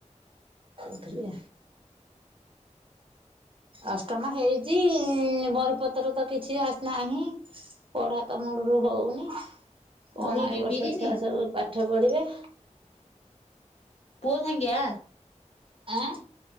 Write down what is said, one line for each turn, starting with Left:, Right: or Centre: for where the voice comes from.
Right: କହୁଥିଲି ଅଷ୍ଟମ ହେଇଚି ବହିପତ୍ର ତ କିଛି ଆନାହିଁ। ପଢା ତ ମୂଳରୁ ହଉନି କଣ
Left: ବହି ଡିମିରିନି
Right: ଏ ବର୍ଷ ଛୁଆ ସବୁ ପାଠ ପଢିବେ।
Left: ପୁଅ ସାଙ୍ଗିଆ
Right: ଆଁ